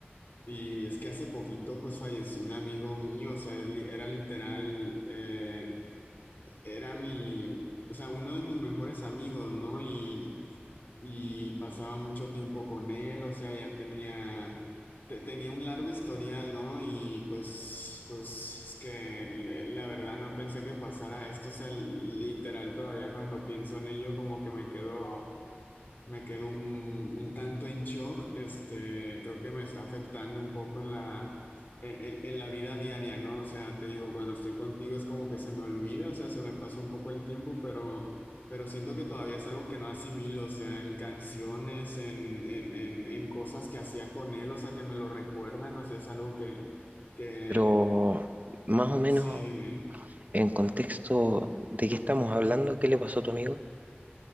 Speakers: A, on the left; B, on the right.
A: Y es que hace poquito, pues falleció un amigo mío, o sea, él era literal, eh, era mi, o sea, uno de mis mejores amigos, ¿no? Y, y pasaba mucho tiempo con él, o sea, ya tenía, te- tenía un largo historial, ¿no? Y pues, pues es que la verdad no pensé que pasara esto, o sea, literal todavía cuando pienso en ello como que me quedo... Me quedo un, un tanto en shock, este, creo que me está afectando un poco en la, en, en- en la vida diaria, ¿no? O sea, te digo, cuando estoy contigo es como que se me olvida, o sea, se me pasa un poco el tiempo, pero, pero siento que todavía es algo que no asimilo, o sea, en canciones, en, en, en, en cosas que hacía con él, o sea, que me lo recuerdan, o sea, es algo que, que,
B: Pero más o menos
A: sí, dime.
B: en contexto de qué estamos hablando, ¿qué le pasó a tu amigo?